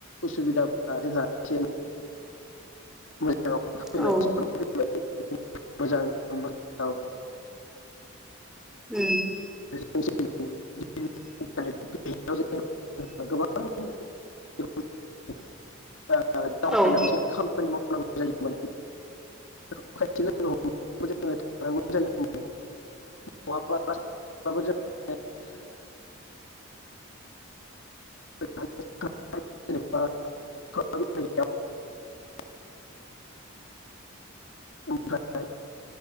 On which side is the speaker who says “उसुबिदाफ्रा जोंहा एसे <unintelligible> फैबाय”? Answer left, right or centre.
Left